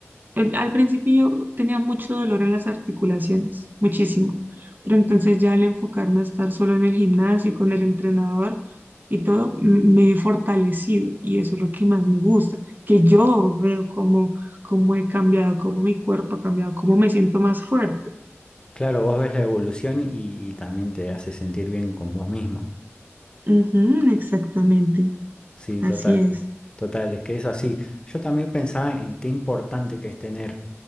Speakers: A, on the right; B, on the left.
A: El- al principio yo tenía mucho dolor en las articulaciones, muchísimo, pero entonces ya al enfocarme a estar solo en el gimnasio y con el entrenador y todo, m- me he fortalecido y eso es lo que más me gusta, que yo veo cómo, cómo he cambiado, cómo mi cuerpo ha cambiado, cómo me siento más fuerte.
B: Claro, vos ves la evolución y, y también te hace sentir bien con vos mismo.
A: Ujú, exactamente,
B: Sí,
A: así
B: total,
A: es.
B: total, es que es así. Yo también pensaba en qué importante que es tener,